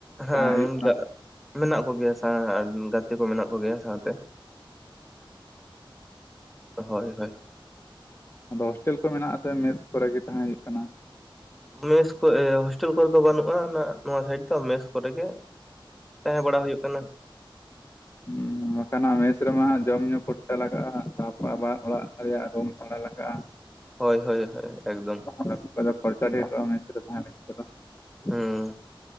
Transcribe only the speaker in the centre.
ᱦᱮᱸ
ᱢᱮᱱᱟᱜ ᱠᱚᱜᱮᱭᱟ ᱜᱟᱛᱮ ᱠᱚ ᱢᱮᱱᱟᱜ ᱠᱚᱜᱮᱭᱟ ᱥᱟᱶᱛᱮ ᱦᱳᱭ ᱦᱳᱭ
ᱢᱮᱥ ᱠᱚ <unintelligible> ᱠᱚᱨᱮ ᱫᱚ ᱵᱟᱹᱱᱩᱜᱼᱟ ᱚᱱᱟ ᱱᱚᱣᱟ ᱥᱟᱭᱤᱰ ᱫᱚ ᱢᱮᱥ ᱠᱚᱨᱮ ᱜᱮ ᱛᱟᱦᱮᱸ ᱵᱟᱲᱟ ᱦᱩᱭᱩᱜ ᱠᱟᱱᱟ
ᱦᱳᱭ ᱦᱳᱭ ᱦᱳᱭ ᱮᱠᱫᱚᱢ,
ᱦᱩᱸ